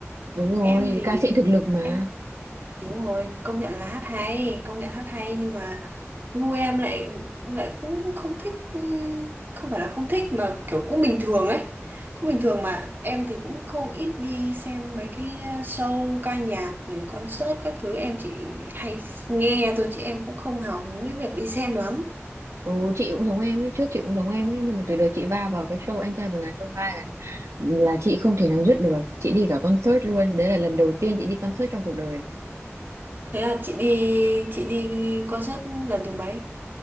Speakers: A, on the right; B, on the right.
A: Đúng rồi,
B: Em thì
A: ca sĩ thực lực mà.
B: em đúng rồi, công nhận là hát hay, công nhận hát hay nhưng mà gu em lại lại cũng không thích ừ, không phải là không thích mà kiểu cũng bình thường ấy cũng bình thường mà em thì cũng không ít đi xem mấy cái ờ, show ca nhạc rồi concert các thứ em chỉ hay nghe thôi chứ em cũng không hào hứng với việc đi xem lắm
A: Ồ, chị cũng giống em ấy, trước chị cũng giống em ấy, nhưng mà từ đợt chị va vào cái show Anh trai vượt ngàn chông gai là là chị không thể nào dứt được. Chị đi cả concert luôn, đấy là lần đầu tiên chị đi concert trong cuộc đời.
B: thế là chị đi chị đi concert lần thứ mấy